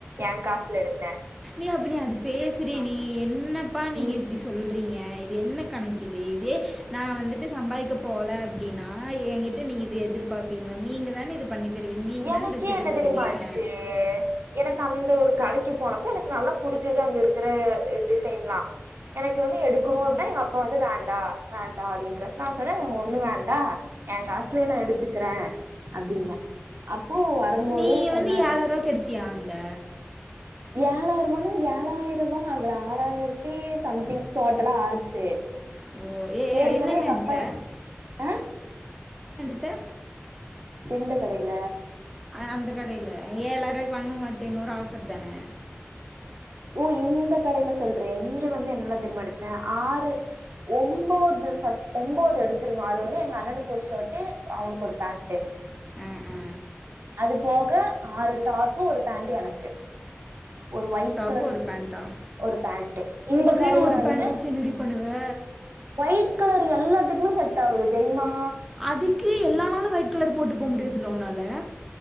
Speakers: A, on the right; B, in the centre.
A: ஏ காசுல எடுத்த
B: எ அப்ப நீ அது பேசுறி நீ பா நீங்க
A: ம்
B: இப்டி சொல் றிங்க இது என்ன கணக்கிது இதே நா வந்துட்டு சம்பாரிக்க போல அப்டின்னா ஏங்கிட்ட நீங்க இது எதிர்பார்ப்பீங்ளா நீங்க தான இது பண்ணி தருவீங்க நீங்க
A: எனக்கே
B: தானே ட்ரெஸ் எடுத்து
A: என்ன
B: தருவீங்க
A: தெரியுமா ஆச்சு எனக்கு அந்த ஒரு கடைக்கு போனப்ப எனக்கு நல்லா புடிச் சது அங்க இருக்கற டிசைன்லா எனக்கு வந்து எடுக்கணு அப்ட்னா எங்க அப்பா வந்து வேண் டா வேண்டா அப்டின்ற நா சொன்ன ஒண்ணு வேண்டா ஏ காசுலயே நா எடுத்துக்கற அப்டின்ன அப்போ வரம்போது
B: நீ
A: சொன்னாரு
B: வந்து ஏழாயிரூவாக்கு எடுத்தியா அங்க
A: ஏழாய்ருபானா ஏழாய்ருபா ஆகல ஆறாயிரத்தி சம்திங் டோட்டலா ஆச்சி
B: ஓ ஏ ஏ
A: ஏற்கனே
B: என்னென்ன
A: எங்க
B: எடுத்த
A: அப்பா என் அ
B: து
A: எந்த கடைல
B: அந்த கடைல ஏலாய்ருவாய்க்கு வாங்கணு ஒர்த்தே இன்னொரு ஆஃபர் தான
A: ஒ இந்த கடைல சொல்றியா இங்க வந்து என்னல்லா தெரிமா எடுத்த ஆறு ஒம்போது து சஸ்பென்டு அது எடுத்துருந்நதோ அதுல வந்து எங்க அண்ணனுக்கு ஒரு ஷர்ட்டு அவுனுக்கு ஒரு பேண்ட்டு
B: ஆ ஆ
A: அது போக ஆறு டாப்பு ஒரு பேண்ட்டு எனக்கு ஒரு ஒயிட் கலர்
B: கு ஒரு பேண்டா
A: ஒரு பேண்ட் இந்த
B: ஒரே
A: கடையில
B: ஒரு
A: வந்து
B: பேண்ட்டு வச்சி என்னடி பண்ணுவ
A: ஒயிட் கலர் எல்லாத்துக்குமே செட் ஆகுது தெரியுமா
B: அதுக்கு எல்லா நாலு ஒயிட் கலர் போட்டு போ முடியாதுல உன்னால